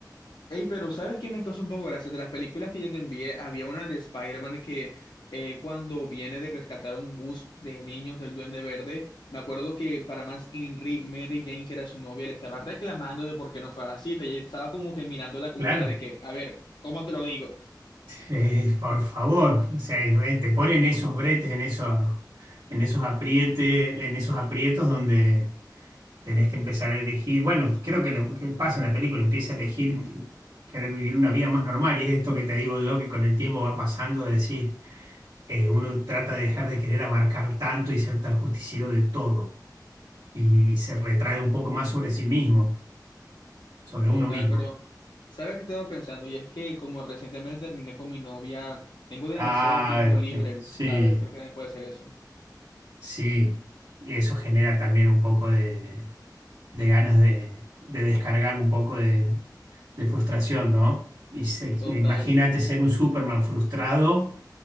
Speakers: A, on the left; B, on the right.
A: Ey, pero ¿sabes qué me causa un poco gracia? De las películas que yo te envié, había una de Spider-Man que eh, cuando viene de rescatar un bus de niños del Duende Verde, me acuerdo que para más Henry, Mary Jane, que era su novia, le estaba reclamando de por qué no fue a la cita y ella estaba como que mirándola con
B: Claro.
A: cara de que, a ver, ¿cómo te lo digo?
B: Eh, por favor, o sea, Israel, te ponen esos bretes, en esos, en esos aprietes, en esos aprietos donde tenés que empezar a elegir. Bueno, creo que, le- que pasa en la película, empieza a elegir que- querer vivir una vida más normal. Y es esto que te digo yo, que con el tiempo va pasando, de decir, eh, uno trata de dejar de querer abarcar tanto y ser tan justiciero de todo. Y, y se retrae un poco más sobre sí mismo, sobre
A: Total,
B: uno mismo.
A: pero ¿sabes qué estaba pensando? Y es que como recientemente terminé con mi novia, tengo demasiado
B: Ah,
A: tiempo libre,
B: que- sí.
A: ¿sabes? Creo que nadie puede hacer eso.
B: Sí, y eso genera también un poco de, de ganas de, de descargar un poco de, de frustración, ¿no? Y se-
A: Total.
B: imagínate ser un Superman frustrado,